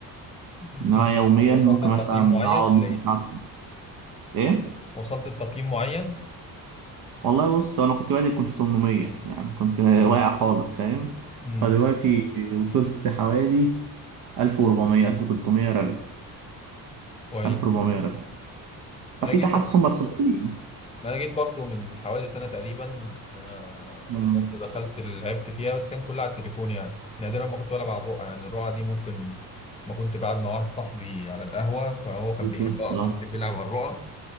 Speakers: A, on the left (about 15°); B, on the right (about 60°).
A: مم. في
B: انما يوميا
A: وصلت
B: ممكن
A: لتقييم
B: مثلا
A: معين
B: اقعد
A: ولا
B: نص
A: إيه؟
B: ساعه ألعب. ايه
A: وصلت لتقييم معين؟
B: والله بص هو انا كنت بادئ كنت 800 يعني كنت <laughs> واقع خالص فاهم
A: امم
B: فدلوقتي وصلت حوالي 1400 1300 رابط
A: كويس
B: 1400 رابط
A: أنا
B: ففي
A: جيت
B: تحسن بس بطيء
A: ما انا جيت برضو من حوالي سنة تقريبا آه،
B: مم.
A: برضو دخلت لعبت فيها بس كان كلها على التليفون يعني نادرا ما كنت بلعب على الرقعة يعني الرقعة دي ممكن ما كنت قاعد مع واحد صاحبي على القهوة فهو كان
B: بالظبط
A: بيحبها اصلا بيحب يلعب على الرقعة